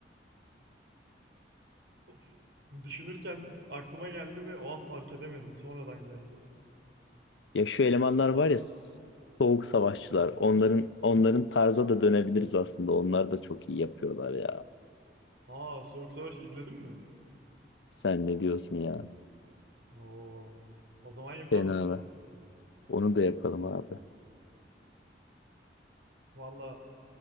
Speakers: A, on the right (about 85°); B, on the left (about 80°).
A: Of. Düşünürken aklıma geldi ve o an fark edemedim. Sonradan geldi.
B: Ya şu elemanlar
A: Evet.
B: var
A: A
B: ya soğuk savaşçılar. Onların onların tarza da dönebiliriz aslında. Onlar da çok iyi yapıyorlar ya.
A: Aa, Soğuk Savaş izledin mi?
B: Sen ne diyorsun ya?
A: Oo. O zaman yapalım.
B: Fena mı Onu da yapalım abi.
A: Valla